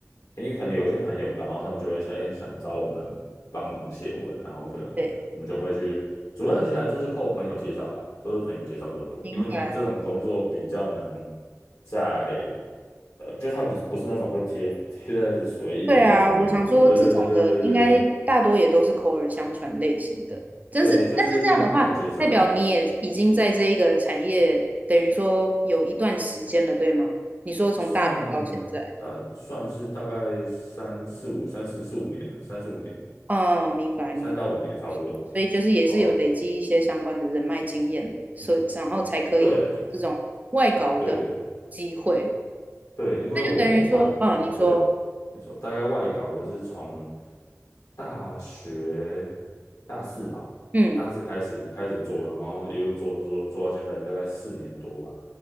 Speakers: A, on the left; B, on the right.
A: 因为可能有一些朋友，然后他们就会想哎想找我们帮忙写文，然后可能我们就会去。
B: 对，
A: 主要其实还都是靠朋友介绍啦，都是朋友介绍比较多，
B: 明白。
A: 因为你这种工作比较难在。呃，就他不不是那种会贴贴在所谓一零四上面的工作，
B: 对啊，我想说这种的应该大多也都是口耳相传类型的，
A: 对对对对对
B: 真是。
A: 对，对，就是朋友介绍。
B: 但是这样的话，代表你也已经在这一个产业，等于说有一段时间了，对吗？你说从大学到现在，
A: 算大算是大概三四五三四四五年了，三四五年，
B: 嗯，明白明白。
A: 三到五年差不多了，
B: 所以就是也是有累积一些相关的人脉经验，
A: 对吧、
B: 所以然后才可以有这种外稿的机会。
A: 对对对，对，因为我外稿，
B: 那就等于说，嗯，你说，
A: 对，没错，大概外稿就是从大学大四吧，
B: 嗯，
A: 大四开始开始做，然后一路做做做做到现在，大概四年多吧。